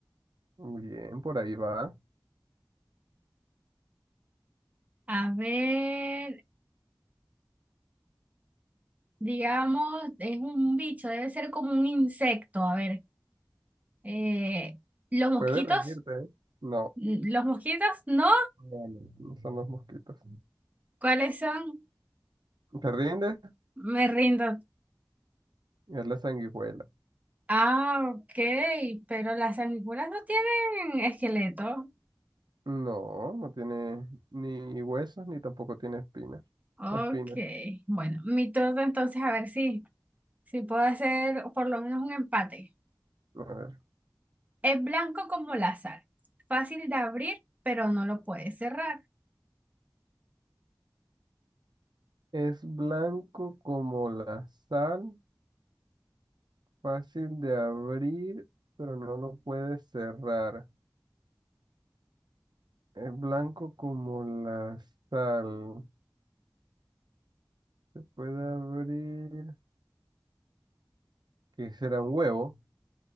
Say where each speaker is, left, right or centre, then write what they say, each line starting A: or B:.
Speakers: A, on the right (about 70°); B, on the right (about 20°).
A: Muy bien, por ahí va.
B: A ver, digamos, es un bicho, debe ser como un insecto. A ver, eh, ¿los mosquitos?
A: Puede rendirte, ¿eh? No,
B: ¿Los mosquitos? ¿No?
A: no, no, no son los mosquitos.
B: ¿Cuáles son?
A: ¿Te rindes?
B: Me rindo.
A: Es la sanguijuela.
B: Ah, ok, pero las sanguijuelas no tienen esqueleto.
A: No, no tiene ni huesos ni tampoco tiene espinas.
B: Ok,
A: Espinas.
B: bueno, mi turno entonces a ver si, si puedo hacer por lo menos un empate.
A: A ver.
B: Es blanco como la sal, fácil de abrir, pero no lo puedes cerrar.
A: Es blanco como la sal, fácil de abrir, pero no lo puedes cerrar. Es blanco como la sal. Puede abrir. ¿Qué será un huevo?